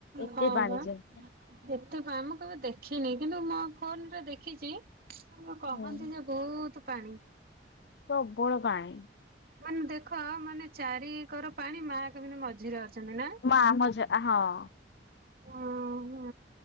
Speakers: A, on the left; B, on the right.
A: ଏତେ
B: ହଁ
A: ପାଣିଯେ।
B: ବା ଏତେ ଫାମକୁ ଦେଖିନି, କିନ୍ତୁ ମୋ ଫୋନରେ ଦେଖିଛି କହନ୍ତି
A: ହୁଁ
B: ଯେ ବୋହୁତ୍ ପାଣି।
A: ପ୍ରବଳ ପାଣି।
B: ମାନେ ଦେଖ ମାନେ ଚାରିିକର ପାଣି ମା ମା କେମିତି ମଝିରେ ଅଛନ୍ତି ନା?
A: ମା <unintelligible> ହଁ।
B: ହୁଁ